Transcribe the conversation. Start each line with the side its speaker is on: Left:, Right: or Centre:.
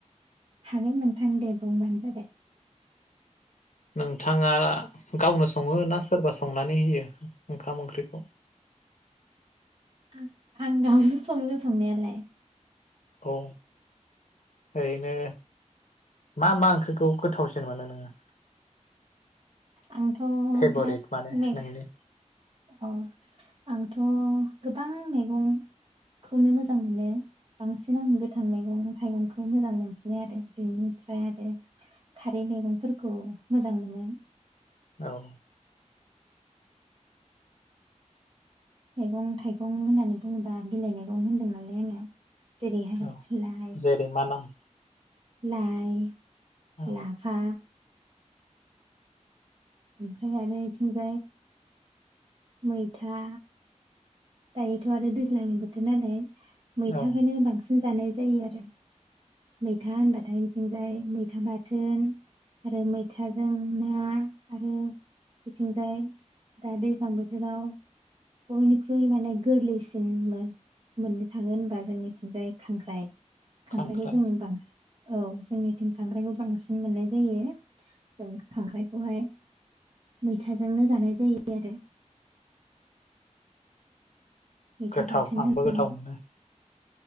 Right: हागोन नोंथां दे बुंबानो जाबाय
Left: नोंथाङा गावनो सङो ना सोरबा संनानै होयो ओंखाम ओंख्रिखौ
Right: आं आं गावनो संङो संनायालाय
Left: औ ओरैनो मा मा ओंख्रिखौ गोथावसिन मोनो नोङो
Right: आंथ'
Left: फेभरिट
Right: बिराद
Left: माने
Right: मेक
Left: नोंनि
Right: अ आंथ' गोबां मेगंखौनो मोजां मोनो बांसिन आं गोथां मेगं थाइगंखौ मोजां मोनसिनो आरो बेनिफ्राय आरो खारै मेगंफोरखौ मोजां मोनो
Left: औ
Right: मेगं थाइगं होननानै बुङोबा बिलाइ मेगं होनदों नालाय आङो जेरैहाय
Left: औ
Right: लाइ
Left: जेरै मा नाम
Right: लाइ
Left: औ
Right: लाफा ओमफ्राय आरो इथिंजाय मैथा दायोथ' आरो दैज्लांनि बोथोर नालाय मैथाखोनो
Left: औ
Right: बांसिन जानाय जायो आरो मैथा होनबाथाय इथिंजाय मैथा बाथोन आरो मैथाजों ना आरो बिथिंजाय दा दैज्लां बोथोराव बयनिख्रुइ माने गोरलैसिन मो मोननो थाङो होनबा जोंनिथिंजाय खांख्राइ खांख्राइखौ
Left: खांख्राइ
Right: जों बांसि औ जोंनिथिं खांख्राइखौ बांसिन मोननाय जायो औ खांख्राइखौहाय मैथाजोंनो जानाय जायो आरो मैथा
Left: गोथाव
Right: बाथोन
Left: आंबो
Right: होनानै
Left: गोथाव मोनो।